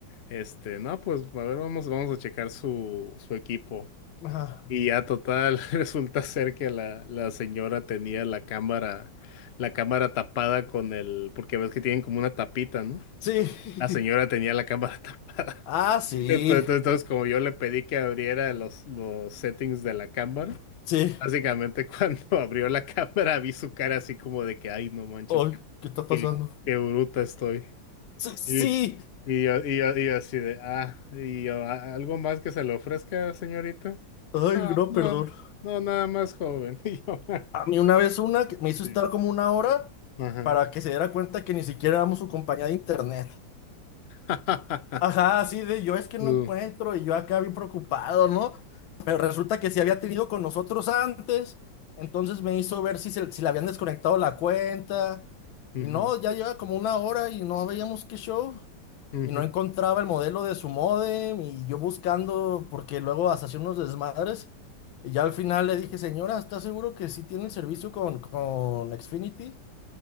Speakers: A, on the left; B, on the left.
A: este, no, pues, a ver, vamos, vamos a checar su, su equipo.
B: Ajá.
A: Y ya total, <laughs> resulta ser que la, la señora tenía la cámara, la cámara tapada con el, porque ves que tienen como una tapita, ¿no?
B: Sí.
A: La señora
B: <laughs>
A: tenía la cámara <laughs> tapada.
B: Ah, sí.
A: Entonces, entonces, como yo le pedí que abriera los, los settings de la cámara,
B: Sí.
A: básicamente cuando <laughs> abrió la cámara vi su cara así como de que, ay, no manches,
B: Ay,
A: qué,
B: ¿qué está pasando?
A: qué, qué bruta estoy.
B: Sí. sí.
A: Y, y yo, y yo- y yo así de, ah, y yo, "¿A- ¿algo más que se le ofrezca, señorita?
B: Ay, no,
A: No,
B: perdón.
A: no, nada más joven. <laughs> Y yo, <laughs>
B: A mí una vez una que me hizo
A: sí,
B: estar como una hora
A: ajá.
B: para que se diera cuenta que ni siquiera éramos su compañía de internet.
A: <laughs>
B: Ajá, así de yo es que no
A: Mm,
B: encuentro y yo acá bien preocupado, ¿no? Pero resulta que sí había tenido con nosotros antes, entonces me hizo ver si, se, si le habían desconectado la cuenta
A: ujú,
B: y no, ya lleva como una hora y no veíamos qué show
A: ujú,
B: y no encontraba el modelo de su modem y yo buscando porque luego hasta hacía unos desmadres y ya al final le dije, señora, ¿está seguro que sí tiene el servicio con, con Xfinity?